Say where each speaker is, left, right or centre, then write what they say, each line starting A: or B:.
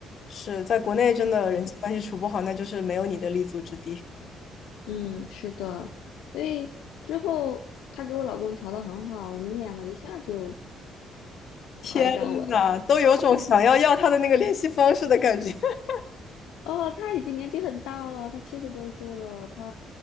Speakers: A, on the left; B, on the left.
A: 是在国内真的人际关系处不好，
B: 嗯
A: 那就是没有你的立足之地。
B: 嗯，是的，所以之后他给我老公调的很好，我们两个一下就
A: 天呐，
B: 怀上了。
A: 都有种想要要他的那个联系方式的感觉。<laughs>
B: 哦，他已经年纪很大了，他七十多岁了，他